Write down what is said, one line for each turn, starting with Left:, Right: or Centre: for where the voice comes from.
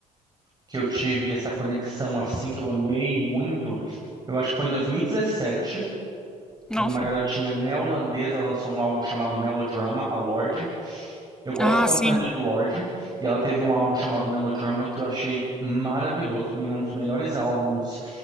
Right: que eu tive essa conexão assim, que eu amei muito, eu acho que foi em 2017,
Centre: Nossa.
Right: quando uma garotinha neozelandesa lançou um álbum chamado Melodrama, a Lorde. Eu gosto
Centre: Ah,
Right: bastante
Centre: sim.
Right: de Lorde, e ela teve um álbum chamado Melodrama que eu achei maravilhoso. Pra mim, é um dos melhores álbuns